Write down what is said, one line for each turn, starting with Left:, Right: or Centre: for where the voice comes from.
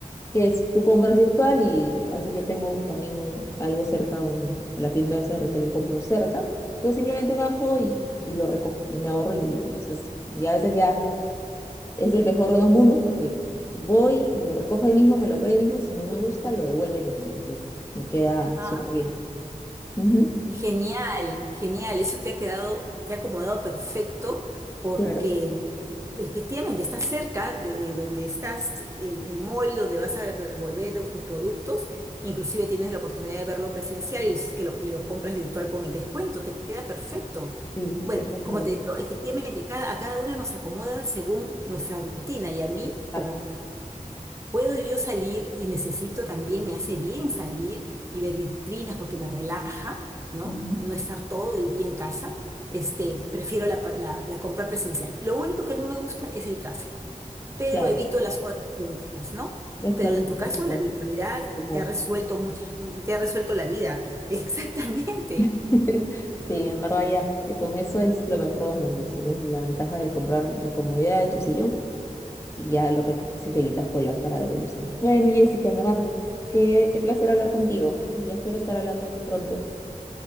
Left: que es, tú compras virtual y a veces yo tengo también algo cerca, un- la tienda esa de retail que compro cerca, entonces simplemente bajo y, y lo recojo y me ahorro el delivery. Entonces ya a veces ya es el mejor de dos mundos porque voy y lo recojo ahí mismo, me lo pruebo ahí mismo y si no me gusta lo devuelvo ahí mismo, entonces me queda
Right: Ah.
Left: súper bien. Ujú,
Right: Genial, genial. Eso te ha quedado, te ha acomodado perfecto porque
Left: Claro,
Right: efectivamente estás cerca de, de donde estás, el, el mall donde vas a devolver tus productos. Inclusive tienes la oportunidad de verlo presencial y, es que lo, y lo compras virtual con el descuento. Te queda perfecto.
Left: sí,
Right: Bueno,
Left: es el mejor.
Right: como te digo, efectivamente cada, a cada una nos acomoda según nuestra rutina y a mí, como
Left: Exacto.
Right: Puedo yo salir y necesito también, me hace bien salir y ver vitrinas porque me relaja, ¿no?
Left: Ujú,
Right: No estar todo el día en casa. Este, prefiero la, pa- la- la compra presencial. Lo único que no me gusta es el tráfico, pero
Left: Claro,
Right: evito las horas juntas, ¿no?
Left: exacto.
Right: Pero en tu caso,
Left: es lo-
Right: la virtualidad
Left: cómodo.
Right: te ha resuelto muchas, te ha resuelto la vida. <laughs> Exactamente.
Left: <laughs> Sí, en verdad ya, eh, con eso es lo mejor de los mundos. Tienes la ventaja de comprar la comodidad de tu sillón y ya lo recoges y te evitas colas para devolución. Bueno, Jessica, en verdad, qué, qué placer hablar contigo. Ya espero estar hablando pronto.